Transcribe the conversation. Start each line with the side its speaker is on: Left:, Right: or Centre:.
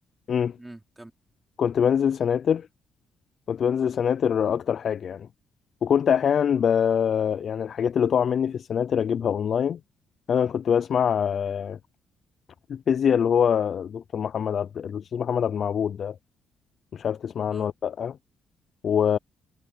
Left: امم
Right: امم كم
Left: كنت بنزل سناتر كنت بنزل سناتر اكتر حاجه يعني وكنت احيانا ب... يعني الحاجات اللي تقع مني في السناتر اجيبها اونلاين انا كنت بسمع آه، الفيزياء اللي هو دكتور محمد عبد الاستاذ محمد عبد المعبود ده مش عارف تسمع
Right: اه
Left: عنه ولا لا و...